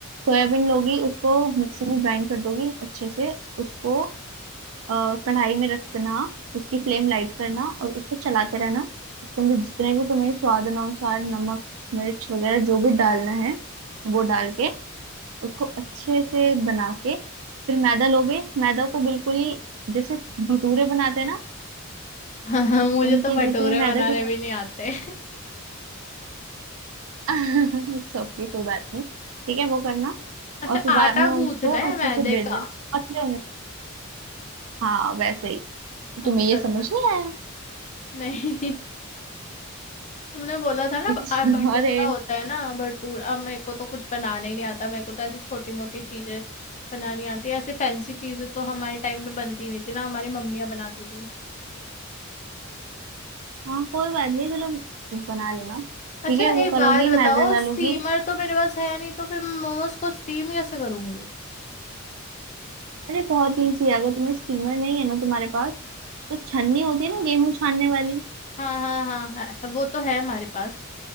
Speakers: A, on the right; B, on the left.
A: सोयाबीन लोगी उसको मिक्सी में ग्राइंड कर दोगी अच्छे से उसको अ, कढ़ाई में रखना उसकी फ्लेम लाइट करना और उसको चलाते रहना उसके अंदर जितने भी तुम्हें स्वाद अनुसार नमक मिर्च वगैरह जो भी डालना है वो डाल के उसको अच्छे से बना के फिर मैदा लोगे मैदा को बिल्कुल ही जैसे भटूरे बनाते हैं ना
B: <laughs> हाँ मुझे
A: उनके
B: तो भटूरे
A: जितने मैदा
B: बनाने
A: के
B: भी नहीं आते
A: <laughs> इट्स ओके कोई बात नहीं ठीक है वो करना
B: अच्छा
A: और फिर बाद
B: आटा
A: में उसको
B: गूंथना है
A: अच्छे
B: मैदे
A: से बेल
B: का
A: देना पतले होने से- हाँ वैसे ही तो तुम्हें
B: अच्छा
A: ये
B: अच्छा
A: समझ नहीं आया
B: नहीं <laughs> तुमने बोला था ना
A: <laughs> इट्स
B: आ- भटूरा
A: अरे
B: होता है ना भटूरा अब मेरे को तो कुछ बनाना ही नहीं आता मेरे को तो ऐसी छोटी मोटी चीजें बनानी आती है ऐसे फैंसी चीजें तो हमारे टाइम पे बनती नहीं थी ना हमारी मम्मियाँ बनाती थी
A: हाँ कोई बात नहीं चलो बना लेना
B: अच्छा
A: ठीक है वो
B: एक
A: करोगी
B: बात बताओ
A: मैदा डालोगी
B: स्टीमर तो मेरे पास है नहीं तो फिर मैं मोमोज को स्टीम कैसे करूंगी
A: अरे बहुत इजी है अगर तुम्हें स्टीमर नहीं है ना तुम्हारे पास तो छन्नी होती है ना गेहूं छानने वाली
B: हाँ हाँ हाँ हाँ वो तो है हमारे पास